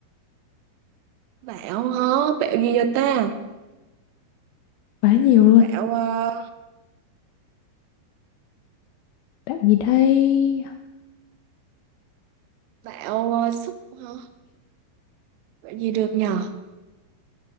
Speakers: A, on the right; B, on the left.
A: bạo hả bạo gì vậy ta
B: quá nhiều luôn.
A: bạo à,
B: Bạo gì đây?
A: bạo à, sức hả bạo gì được nhờ